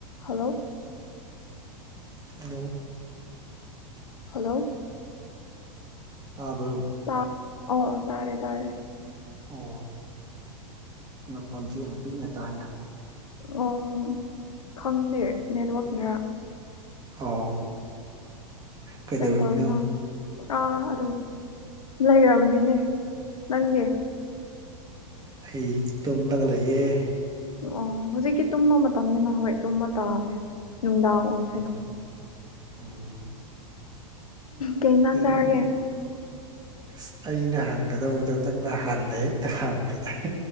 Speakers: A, on the left; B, on the right.
A: hello
B: hello
A: hello
B: ꯇꯥꯕ꯭ꯔꯣ
A: ꯇꯥ ꯑꯣ ꯇꯥꯔꯦ ꯇꯥꯔꯦ
B: ꯑꯣ ꯅꯈꯣꯟꯁꯦ ꯌꯥꯝ ꯄꯤꯛꯅ ꯇꯥꯏꯅ
A: ꯑꯣ ꯈꯪꯗꯦ ꯅꯦꯠꯋꯥꯛꯅꯔ
B: ꯑꯣ ꯀꯩꯗꯧꯔꯝꯃꯤꯅꯣ
A: ꯀꯔꯤ ꯇꯧꯔꯤꯅꯣ ꯑꯥ ꯑꯗꯨꯝ ꯂꯩꯔꯝꯃꯤꯅꯦ ꯅꯪꯗꯤ
B: ꯑꯩ ꯇꯨꯝꯂꯒ ꯂꯩꯌꯦ
A: ꯑꯣ ꯍꯧꯖꯤꯛꯀꯤ ꯇꯨꯝꯕ ꯃꯇꯝꯅꯤꯅ ꯍꯣꯏ ꯇꯨꯝꯃ ꯇꯥꯕꯅꯦ ꯅꯨꯡꯗꯥꯡ ꯑꯣꯏꯈ꯭ꯔꯦꯅ
B: ꯎꯝ ꯎꯝ
A: ꯀꯩ ꯏꯟꯖꯥꯡ
B: ꯀꯔꯤ
A: ꯆꯥꯔꯒꯦ
B: ꯑꯁ ꯑꯩꯅ ꯍꯪꯒꯗꯧꯕꯗꫭ ꯅꯪꯅ ꯍꯥꯟꯅ ꯍꯦꯛꯇ ꯍꯪꯕ ꯍꯥꯏꯇꯥꯔꯦ